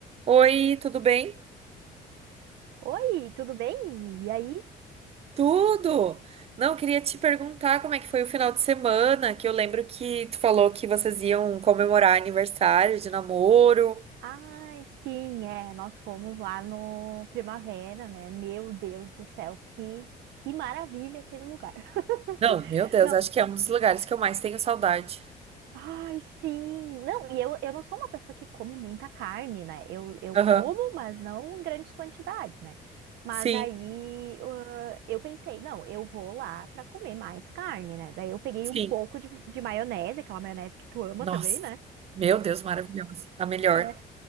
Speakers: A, on the right; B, on the right.
A: Oi, tudo bem?
B: Oi, tudo bem? E aí?
A: Tudo! Não, queria te perguntar como é que foi o final de semana, que eu lembro que tu falou que vocês iam comemorar aniversário de namoro.
B: Ai, sim, é, nós fomos lá no Primavera, né? Meu Deus do céu, que, que maravilha aquele lugar. <laughs>
A: Não, meu Deus,
B: Não,
A: acho que é um dos lugares que eu mais tenho saudade.
B: ai, sim. Não, e eu, eu não sou uma pessoa que come muita carne, né? Eu, eu
A: Aham,
B: como, mas não em grandes quantidades, né? Mas
A: Sim,
B: aí uh, eu pensei, não, eu vou lá pra comer mais carne, né? Daí eu peguei
A: sim.
B: um pouco de, de maionese, aquela maionese que tu ama
A: Nossa,
B: também, né?
A: meu Deus, maravilhosa. A melhor.
B: É.